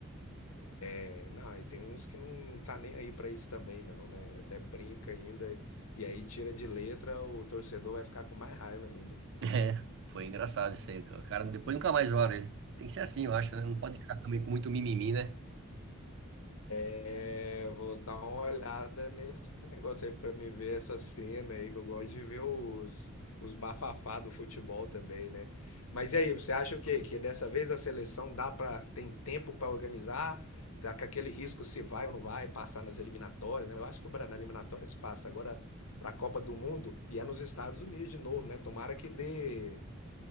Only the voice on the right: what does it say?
<laughs> É, foi engraçado isso aí. cara. O cara depois nunca mais olha ele. Tem que ser assim, eu acho, né? Não pode ficar também com muito mimimi, né?